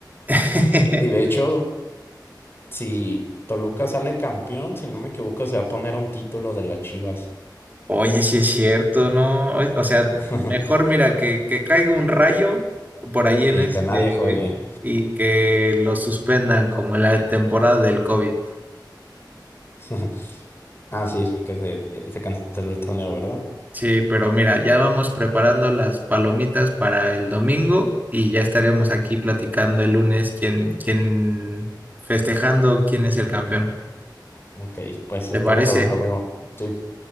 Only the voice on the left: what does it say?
Y, y de hecho. Si Toluca sale campeón, si no me equivoco, se va a poner un título de las Chivas.
<laughs>
Y
que nadie juegue.
<laughs> Ah, sí, es que se, se canceló el torneo, ¿verdad?
Ok, pues
estamos
hablando, amigo. Sí,